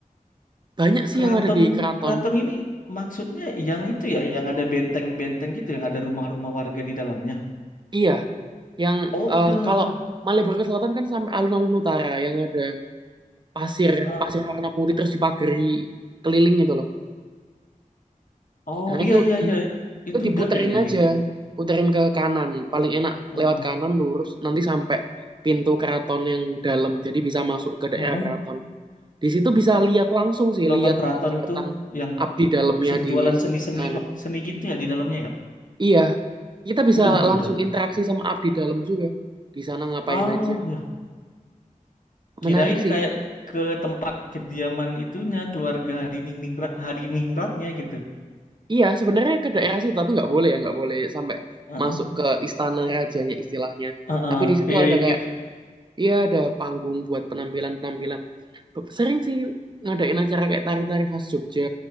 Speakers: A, on the right (about 35°); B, on the left (about 70°).
A: banyak sih
B: Keraton,
A: yang ada di keraton.
B: keraton ini maksudnya yang itu ya, yang ada benteng-benteng gitu, yang ada rumah-rumah warga di dalamnya.
A: Iya, yang
B: Oh,
A: eh,
B: udah.
A: kalau Malioboro ke Selatan kan sampai alun-alun utara yang ada pasir,
B: Heeh.
A: pasir warna putih terus dipagari keliling gitu loh.
B: Oh,
A: Nah, itu
B: iya, iya,
A: di
B: iya.
A: itu
B: Itu
A: diputerin
B: udah kayaknya
A: aja,
B: di.
A: puterin ke kanan. Paling enak
B: Heeh.
A: lewat kanan lurus nanti sampai pintu keraton yang dalam. Jadi bisa masuk ke daerah
B: Heeh.
A: keraton. Di situ bisa lihat langsung sih,
B: Kalau
A: lihat
B: ke keraton
A: kegiatan
B: itu yang
A: abdi dalamnya
B: se-
A: di
B: jualan seni-seni
A: sana.
B: ma- seni gitu ya di dalamnya ya.
A: Iya, kita bisa
B: Udah, udah,
A: langsung
B: udah.
A: interaksi sama abdi dalam juga. Di sana ngapain
B: Ah,
A: aja.
B: ya.
A: Menarik
B: Kirain
A: sih.
B: kayak ke tempat kediaman itunya keluarga hadiningrat hadiningratnya gitu.
A: Iya, sebenarnya ke daerah situ, tapi nggak boleh ya, nggak boleh sampai
B: Heeh.
A: masuk ke istana rajanya istilahnya.
B: Heeh.
A: Tapi di situ
B: Iya,
A: ada
B: iya,
A: kayak,
B: kira.
A: iya ada panggung buat penampilan-penampilan. Be- Sering sih ngadain acara kayak tari-tari khas Jogja,